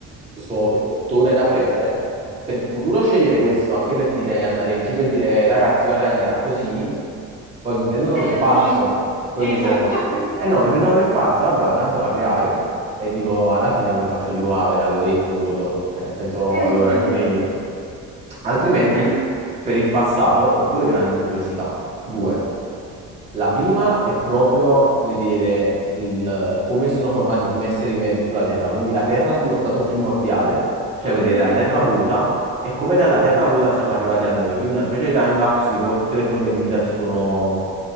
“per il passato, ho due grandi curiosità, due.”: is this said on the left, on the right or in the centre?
Right